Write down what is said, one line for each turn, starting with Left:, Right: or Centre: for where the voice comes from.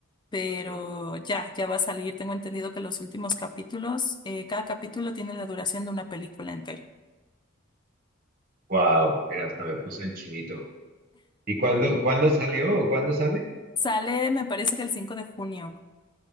Left: pero
Right: Ajá.
Left: ya, ya va a salir. Tengo entendido que los últimos capítulos, eh, cada capítulo tiene la duración de una película entera.
Right: Wow, mira, hasta me puse el chinito. ¿Y cuándo, cuándo salió? ¿O ¿Cuándo sale?
Left: Sale, me parece que el 5 de junio.